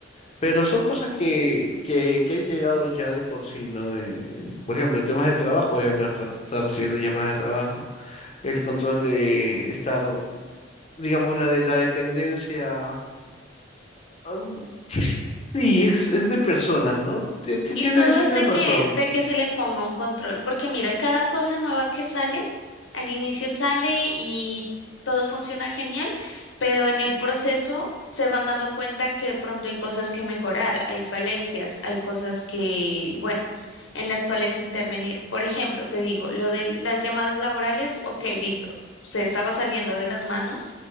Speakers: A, on the left; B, on the left.
A: Pero son cosas que, que, que han llegado ya de por sí, ¿no? Eh, eh, por ejemplo, temas del trabajo, obviamente vas a estar, estar recibiendo llamadas de trabajo, el control de estar, digamos, la de la dependencia, um, sí, es, es de personas, ¿no? Ti- ti-
B: Y
A: Tiene,
B: todo
A: tienes
B: es de
A: razón,
B: que, de que se le ponga un control, porque mira, cada cosa nueva que sale, al inicio sale y todo funciona genial, pero en el proceso se van dando cuenta que de pronto hay cosas que mejorar, hay falencias, hay cosas que, bueno, en las cuales intervenir. Por ejemplo, te digo, lo de las llamadas laborales, ok, listo, se estaba saliendo de las manos.